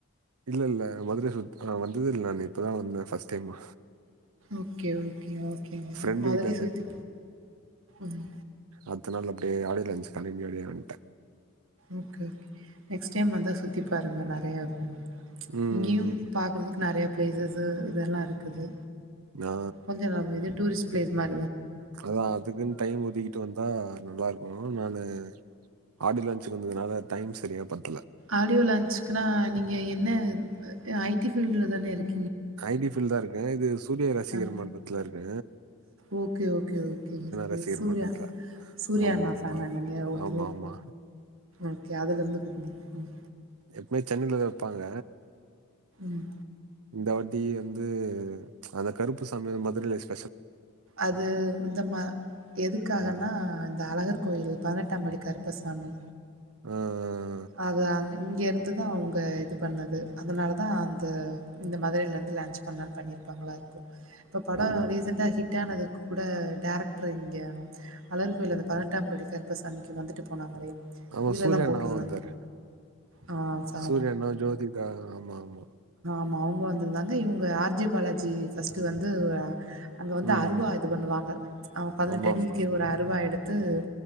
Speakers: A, on the right (about 85°); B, on the right (about 65°).
A: இல்ல இல்ல மதுரை சுத் ஆ வந்ததே இல்ல நானு இப்பதா வந்த ஃபஸ்ட் டைமா
B: ஓகே ஓகே ஓகேங்க
A: ஃப்ரெண்டு
B: மதுரை
A: வீட்ல
B: சுத்தி ம்
A: அதுனால அப்டியே ஆடியோ லான்சுக்கு கெழம்பி அப்டியே வன்ட்ட
B: ஓகே ஓகே நெக்ஸ்ட் டைம் வந்தா சுத்தி பாருங்க நறையா ம்
A: ம்
B: இங்கியும் பாக்குறதுக்கு நறையப் பிளேஸஸ்ஸு இதெல்லா இருக்குது
A: நா
B: கொஞ்சோ ந இது டூரிஸ் பிளேஸ் மார்
A: அதா அதுக்குன் டைம் ஒதுக்கிட்டு வந்தா நல்லாருக் கு நானு ஆடியோ லான்ச்சுக்கு வந்ததுனால டைம் செரியா பத்
B: ஆடியோ லாஞ்சுக்குனா நீங்க என்ன ஐட்டி பீல்டுலதான இருக்
A: ஐட்டி பீல்தா இருக்க இது சூரியா ரசிகர்
B: ஆ.
A: மன்றத்துல இருக்க
B: ஓகே ஓகே ஓகே ஓகே
A: ரசிகர்
B: சூர்யா
A: மன்றத்துல
B: சூர்யா
A: ஆமா
B: அண்ணா
A: ஆமா
B: ஃபேனா நீங்க ஓகே
A: ஆமா ஆமா
B: ஓகே அதுல இருந்து ம்
A: எப்பயு சென்னையிலதா வெப்பாங்க
B: ம்
A: இந்த வாட்டி வந்து அந்த கருப்பு சாமி மதுரைல வெச்
B: அது இந்த மா எதுக்காகன்னா
A: ஆஹ்,
B: இந்த அழகர் கோயில் பதினெட்டாம் படி கருப்பசாமி
A: அ அ
B: அதாங்க இங்கேருந்து தா அவங்க இது பண்ணது அதனால தா அந்த இந்த மதுரையிலேருந்து லான்ச் பண்ணலான்னு பண்ணியிருப்பாங்களா இருக்கு இந்த படம்
A: ஆமா
B: ரீசன்டா ஹிட் ஆனது கூட டேரக்டரு இங்கே அழகர் கோயில அந்த பதினெட்டாம் படி கருப்பசாமிக்கு வந்துட்டு போனாங்களே
A: ஆமா
B: இதுலலாம்
A: சூரிய அண்ணாவ
B: போட்டிருந்தாங்க.
A: வந்தாரு
B: ஆ சா
A: சூர்யா அண்ணா ஜோதிகா ஆமா ஆமா
B: ஆ அவங்க வந்திருந்தாங்க இவங்க ஆர் ஜே பாலாஜி ஃபர்ஸ்ட்ட் வந்து அ அங்க வந்து
A: ம்
B: அருவா இது பண்ணுவாங்க அவங்க பதினெட்டு
A: ஆமா
B: அடிக்கு
A: ஆமா
B: ஒரு அருவா எடுத் ம்